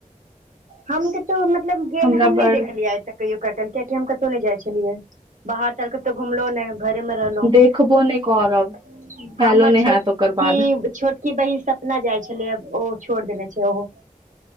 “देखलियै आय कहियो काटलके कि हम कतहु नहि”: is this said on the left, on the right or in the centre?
Right